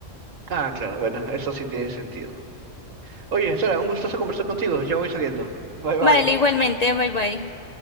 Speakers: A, on the right; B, on the left.
A: Ah, claro, bueno, eso sí tiene sentido. Oye, Sara, un gustoso conversar contigo. Ya voy saliendo. Bye bye.
B: Vale, igualmente, bye bye.